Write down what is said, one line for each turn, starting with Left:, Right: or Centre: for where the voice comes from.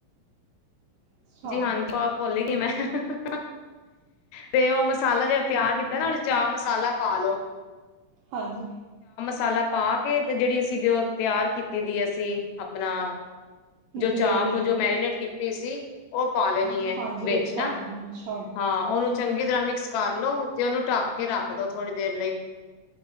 Right: ਅੱਛਾ
Left: ਜੀ ਹਾਂਜੀ ਭ ਬੋਲੇਗੀ ਮੈਂ <unintelligible> ਤੇ ਉਹ ਮਸਾਲਾ ਜਿਹੜਾ ਤਿਆਰ ਕੀਤਾ ਨਾ ਉਹਦੇ ਚਾਅ ਮ ਮਸਾਲਾ ਪਾ ਲਓ
Right: ਹਾਂਜੀ
Left: ਮਸਾਲਾ ਪਾ ਕੇ ਤੇ ਜਿਹੜੀ ਅਸੀਂ <unintelligible> ਤਿਆਰ ਕੀਤੀ ਦੀ ਅਸੀਂ ਆਪਣਾ ਜੋ
Right: ਗ੍ਰੇਵੀ
Left: ਚਾਪ ਜੋ ਮੈਰੀਨੇਟ ਕੀ ਪੀ ਸੀ ਓਹ ਪਾ ਲੈਣੀ ਆ
Right: ਹਾਂਜੀ
Left: ਵਿੱਚ
Right: ਪਾ
Left: ਨਾ
Right: ਦਿੰਦੇ ਅੱਛਾ
Left: ਹਾਂ ਉਹਨੂੰ ਚੰਗੀ ਤਰ੍ਹਾਂ ਮਿਕਸ ਕਰ ਲੋ ਤੇ ਉਹਨੂੰ ਢੱਕ ਕੇ ਰੱਖ ਦੋ ਥੋੜ੍ਹੀ ਦੇਰ ਲਈ